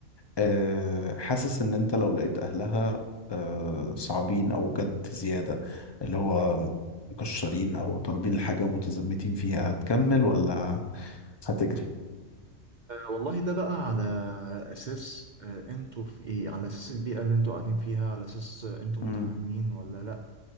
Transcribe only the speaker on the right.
والله ده بقى على اساس آه، انتوا في ايه على اساس البيئه اللي انتوا قاعدين فيها على اساس آه، انتوا
متفاهمين ولا لا